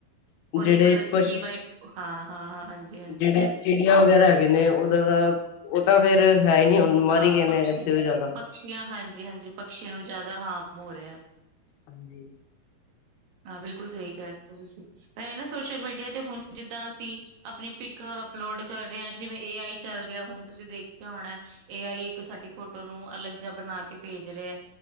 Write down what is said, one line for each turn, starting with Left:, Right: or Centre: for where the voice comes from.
Right: ਓਦੀ
Left: ਜਿਹੜੇ
Right: ਮਤਲਬ
Left: ਪਸ਼
Right: ਕੀ ਵਾਈ, ਹਾਂ ਹਾਂ ਹਾਂ, ਹਾਂਜੀ-ਹਾਂਜੀ।
Left: ਜਿਹੜੇ ਚਿੜੀਆਂ ਵਗੈਰਾ ਹੈਗੇ ਨੇ ਉਹਦਾ ਦਾ ਓ ਤਾਂ ਫੇਰ ਹੈ ਈ ਨਈ ਹੁਣ ਮਰ
Right: ਹਾਂ
Left: ਈ ਗਏ ਨੇ
Right: ਪਕਸ਼ੀ
Left: ਅੱਧੇ ਤੋਂ ਜ਼ਿਆਦਾ।
Right: ਪਕਸ਼ੀਆਂ ਹਾਂਜੀ-ਹਾਂਜੀ, ਪਕਸ਼ੀਆਂ ਨੂੰ ਜ਼ਿਆਦਾ ਹਾਮ ਹੋ ਰਿਆ।
Left: ਹਾਂਜੀ।
Right: ਹਾਂ, ਬਿਲਕੁਲ ਸਈ ਕਹਿ ਰਏ ਓ ਤੁਸੀਂ, ਐਂ ਨਾ ਸੋਸ਼ਲ-ਮੀਡੀਆ ਤੇ ਹੁਣ ਜਿੱਦਾਂ ਅਸੀਂ ਆਪਣੀ ਪਿੱਕ ਅਪਲੋਡ ਕਰ ਰਏ ਆਂ ਜਿਵੇਂ ਏ ਆਈ ਚੱਲ ਗਿਆ ਹੁਣ ਤੁਸੀਂ ਦੇਖਿਆ ਹੋਣੈ ਏ ਆਈ ਇੱਕ ਸਾਡੀ ਫੋਟੋ ਨੂੰ ਅਲਗ ਜਿਆ ਬਣਾ ਕੇ ਭੇਜ ਰਿਆ